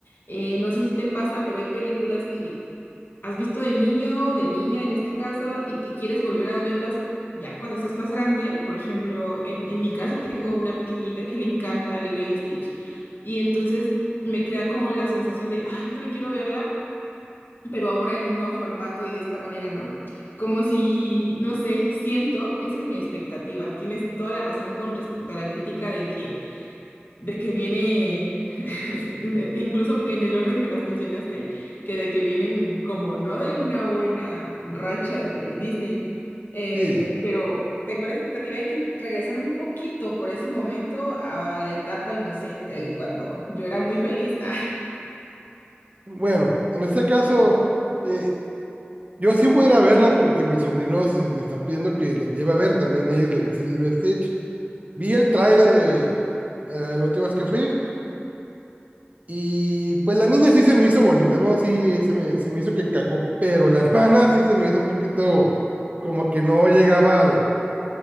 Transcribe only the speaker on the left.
Eh, no sé si te pasa, pero hay películas que has visto de niño, de niña en este caso, y que quieres volver a verlas ya cuando estás más grande. Por ejemplo, en, en mi caso tengo una pequeñita que le encanta Lilo y Stitch. Y entonces me queda como la sensación de, ay, yo también quiero verla pero ahora en un nuevo formato y de esta manera, ¿no? Como si, no sé, siento, esa es mi expectativa. Tienes toda la razón con respecto a la crítica de que, de que viene, <laughs> de- incluso en el orden que las mencionaste, que de que vienen como no de una buena racha de Disney, eh,
pero tengo la expectativa de que regresar un poquito por ese momento a la etapa inocente y cuando yo era muy feliz. <laughs>